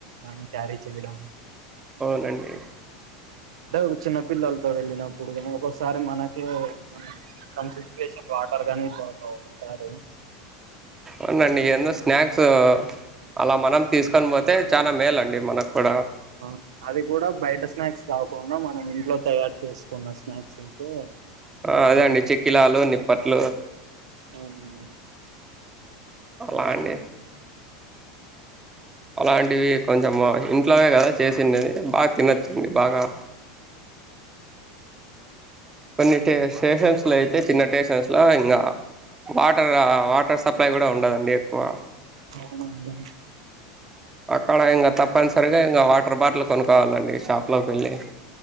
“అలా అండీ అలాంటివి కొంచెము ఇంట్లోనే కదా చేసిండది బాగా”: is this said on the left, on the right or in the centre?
Right